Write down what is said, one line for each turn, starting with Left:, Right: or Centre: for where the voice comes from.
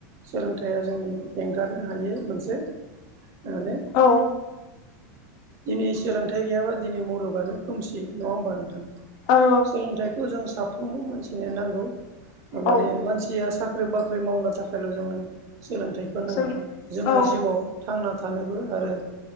Right: सोलोंथाइया जोंनि एंगारनो हायै मोनसे माने
Left: औ
Right: दिनै सोलोंथाइ गैयाबा दिनै मुलुगानो खोमसि नङा होमबा नोंथां
Left: औ
Right: सोलोंथाइखौ जों साफ्रोमबो मानसिनो नांगौ माने
Left: औ
Right: मानसिया साख्रि ख्रि बाख्रि मावनो थाखायल' जोंनो सोलोंथाइखौ
Left: बिसोर
Right: नाङा जोङो
Left: औ
Right: जिउआव थांना थानोबो आरो